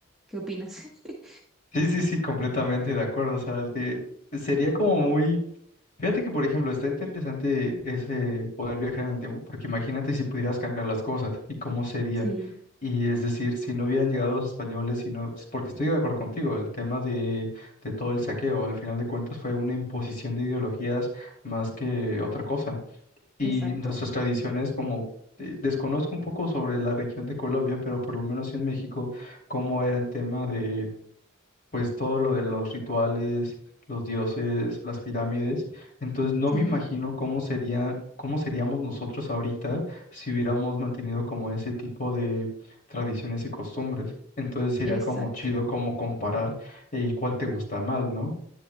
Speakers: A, in the centre; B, on the left.
A: ¿qué opinas? <laughs>
B: Sí, sí, sí, completamente de acuerdo. O sea, el de- sería como muy, fíjate que por ejemplo está interesante ese poder viajar en el tiempo, porque imagínate si pudieras cambiar las cosas y cómo sería.
A: Sí,
B: Y es decir, si no hubieran llegado los españoles, si no, porque estoy de acuerdo contigo, el tema de, de todo el saqueo, al final de cuentas fue una imposición de ideologías más que otra cosa. y
A: exacto.
B: nuestras tradiciones como eh, desconozco un poco sobre la región de Colombia, pero por lo menos en México, cómo era el tema de pues todo lo de los rituales, los dioses, las pirámides. Entonces no
A: Sí,
B: me imagino cómo serían, cómo seríamos nosotros ahorita si hubiéramos mantenido como ese tipo de tradiciones y costumbres. Entonces sería
A: exacto.
B: como chido como comparar eh, y cuál te gusta más, ¿no?